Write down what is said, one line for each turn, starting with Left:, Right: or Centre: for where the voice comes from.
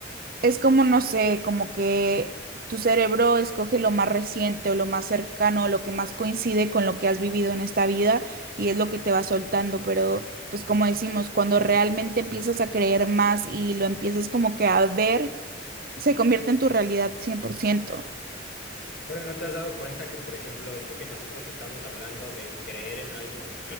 Right: es como, no sé, como que tu cerebro escoge lo más reciente o lo más cercano o lo que más coincide con lo que has vivido en esta vida y es lo que te va soltando. Pero, pues como decimos, cuando realmente empiezas a creer más y lo empiezas como que a ver, se convierte en tu realidad 100%.
Left: Pero ¿no te has dado cuenta que, por ejemplo, esto que nosotros estamos hablando de creer en algo,